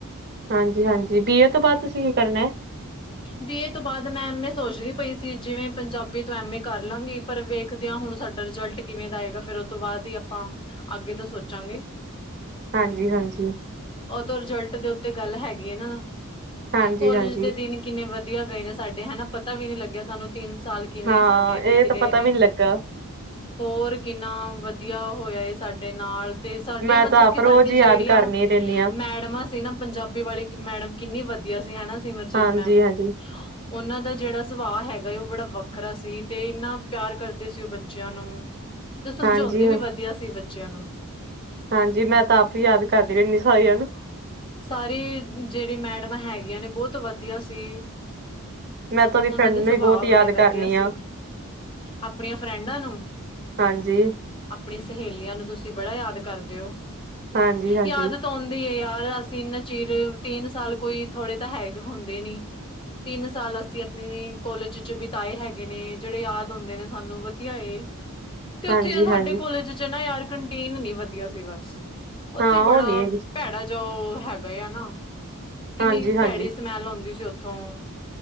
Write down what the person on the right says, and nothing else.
ਹਾਂਜੀ ਹਾਂਜੀ, ਬੀ ਏ ਤੋਂ ਬਾਅਦ ਤੁਸੀਂ ਕੀ ਕਰਨਾ?
ਹਾਂਜੀ ਹਾਂਜੀ।
ਹਾਂਜੀ
ਹਾਂਜੀ
ਹਾਂ
ਇਹ
ਤਾਂ
ਪਤਾ
ਵੀ ਨਹੀਂ ਲੱਗਾ
ਮੈਂ
ਤਾਂ ਆਪ
ਰੋਜ਼ ਹੀ
ਯਾਦ ਕਰਨੀ ਰਹਿੰਦੀ ਹਾਂ
ਹਾਂਜੀ-ਹਾਂਜੀ,
ਹਾਂਜੀ,
ਹਾਂਜੀ ਹਾਂ
ਹਾਂਜੀ, ਮੈਂ ਤਾਂ ਆਪ ਈ ਯਾਦ ਕਰਦੀ ਰਹਿਣੀ ਸਾਰੀਆ ਨੂੰ।
ਮੈਂ ਤਾਂ ਉਹਦੀ
ਫਰੈਂਡ
ਨੂੰ
ਵੀ ਬਹੁਤ ਯਾਦ
ਕਰਨੀ
ਆ,
ਹਾਂਜੀ।
ਹਾਂਜੀ, ਹਾਂਜੀ।
ਹਾਂਜੀ-ਹਾਂਜੀ,
ਹਾਂ
ਉਹ ਨੀ ਹੈਗੀ,
ਹਾਂਜੀ-ਹਾਂਜੀ।